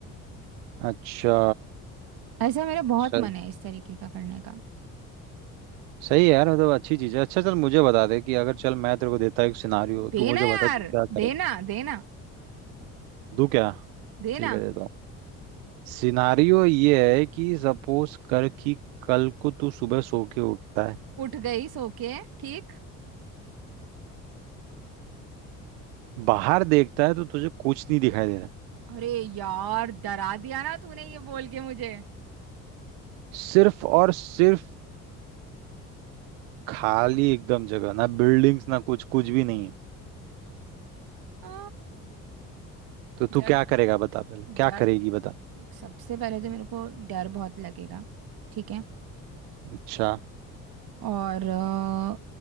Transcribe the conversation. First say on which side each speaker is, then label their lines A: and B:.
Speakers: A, on the right (about 75°); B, on the right (about 55°).
A: अच्छा
B: ऐसा मेरा बहुत
A: सही
B: मन है इस तरीके का करने का।
A: सही है यार मतलब अच्छी चीज है अच्छा चल मुझे बता दे कि अगर चल मैं तेरे को देता हूँ एक सिनारियो
B: देना
A: तू मुझे बता
B: यार
A: तू क्या करेगा
B: देना देना
A: तू क्या
B: देना
A: ठीक है देता हूँ सिनारियो ये है कि सपोज कर कि कल को तू सुबह सो के उठता है
B: उठ गई सो के ठीक
A: बाहर देखता है तो तुझे कुछ नहीं दिखाई दे रहा है।
B: अरे यार डरा दिया ना तूने ये बोल के मुझे
A: सिर्फ और सिर्फ खाली एकदम जगह ना बिल्डिंग्स ना कुछ कुछ भी नहीं है
B: आ,
A: तो तू
B: डर
A: क्या करेगा बता पहले क्या
B: डर
A: करेगी बता
B: सबसे पहले तो मेरे को डर बहुत लगेगा ठीक है
A: अच्छा
B: और अ,